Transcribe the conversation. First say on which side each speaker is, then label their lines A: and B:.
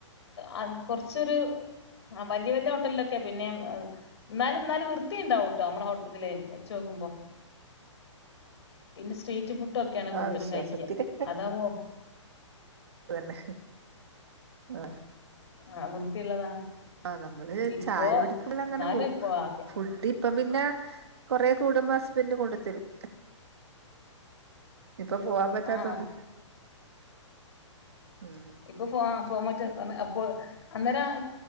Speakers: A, on the left (about 60°); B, on the right (about 55°).
A: ആ കൊർച്ചൊര് വല്യ വല്യ ഹോട്ടലിലൊക്കെ പിന്നേയും എന്നാലും എന്നാലും വൃത്തിയ ഇണ്ടാവുട്ടോ നമ്മളെ ഹോട്ടതിലേ വെച്ചോക്കുമ്പോ പിന്നെ സ്ട്രീറ്റ് ഫുഡ് ഒക്കെയാണ് കൂടുതലും
B: ആഹ് വിശ്വാസത്തില്
A: കയിക്യ അതുമ്പോ
B: അത് തന്നെ ആഹ്
A: ആഹ് വൃത്തിയുള്ളതാണ്
B: ആഹ് നമ്മള്
A: ഇപ്പോ
B: ചായ കുടിക്കുമ്പോ അങ്ങനെ
A: എന്നാലും
B: പോം
A: ഇപ്പൊ ആകെ
B: ഫുഡ് ഇപ്പ പിന്നെ കൊറെ കൂടുബം ഹസ്ബെന്റ് കൊണ്ടുത്തെരും ഇപ്പ പോവാൻ പറ്റാത്തോണ്ട്
A: ആഹ്
B: ഉം
A: ഇപ്പൊ പോ പോവാൻ പറ്റാത്തോണ്ട് അപ്പോ അന്നരം